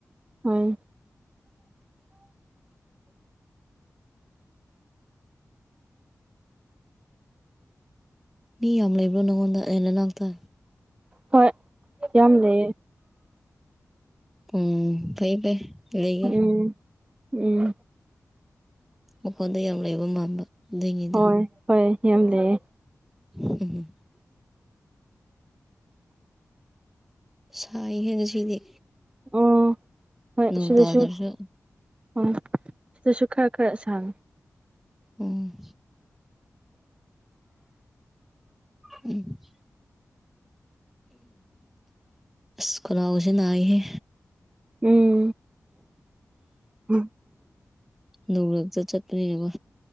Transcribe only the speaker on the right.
ꯍ <unintelligible>
ꯍꯣꯏ ꯌꯥꯝ ꯂꯩꯌꯦ
ꯎꯝ ꯎꯝ
ꯍꯣꯏ ꯍꯣꯏ ꯌꯥꯝ ꯂꯩꯌꯦ
ꯑꯣ ꯍꯣꯏ
ꯁꯤꯗꯁꯨ
ꯎꯝ ꯁꯤꯗꯁꯨ ꯈꯔ ꯈꯔ ꯁꯥꯡꯉꯤ
ꯎꯝ ꯎꯝ